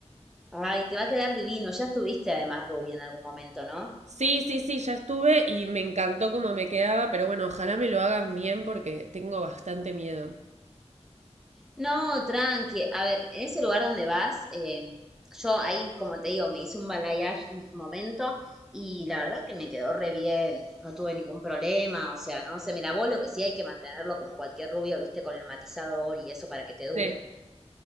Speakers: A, in the centre; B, on the right.
A: Ay, te va a quedar divino. Ya estuviste además rubia en algún momento, ¿no?
B: Sí, sí, sí, ya estuve y me encantó cómo me quedaba, pero bueno, ojalá me lo hagan bien porque tengo bastante miedo.
A: No, tranqui. A ver, en ese lugar donde vas, eh, yo ahí, como te digo, me hice un balayage en su momento y la verdad que me quedó re bien. No tuve ningún problema, o sea, no se me lavó lo que sí hay que mantenerlo como cualquier rubio, viste, con el matizador y eso para que te dure.
B: Sí,